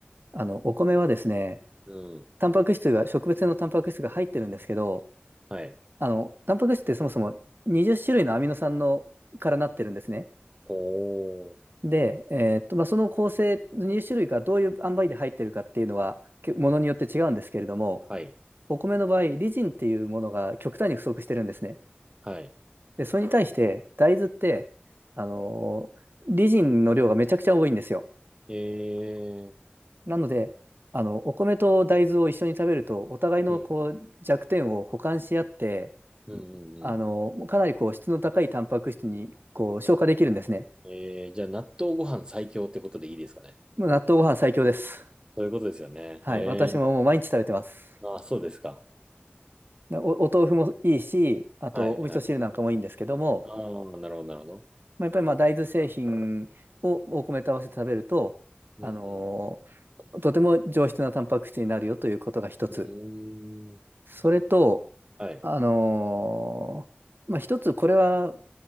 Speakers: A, on the right; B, on the right.
A: あの、お米はですね、
B: うん。
A: タンパク質が、植物性のタンパク質が入ってるんですけど、
B: はい。
A: あの、タンパク質ってそもそも20種類のアミノ酸のからなってるんですね。
B: おー。
A: で、えーっと、まあ、その構成、20種類がどういう塩梅で入ってるかっていうのは、けものによって違うんですけれども、
B: はい。
A: お米の場合、リジンっていうものが極端に不足してるんですね。
B: は
A: で、それに対して、大豆って、あのーリジンの量がめちゃくちゃ多いんですよ。
B: い。えー。
A: なので、あの、お米と大豆を一緒に食べると、お互いのこう弱点を補完し合って、
B: うん。うんうんう
A: あのかなりこう質の高いタンパク質にこう消化できるんですね。
B: ん。えー、じゃあ納豆ご飯最強ってことでいいですかね。
A: もう納豆ご飯最強です。
B: そういうことですよね。
A: はい、
B: え
A: 私ももう毎日食べてます。
B: ー。あ、そうですか。
A: ねお、お豆腐もいいし、あとお味噌汁なんかもいいんですけども、
B: はい。はい。ああ、なるほど、なるほど。
A: まあ、やっぱりまあ大豆製品をお米と合わせて食べると、
B: うん
A: あのーとても上質なタンパク質になるよということが一つ。
B: うん。うーん。
A: それと、
B: はい。
A: あのーまあ、一つこれは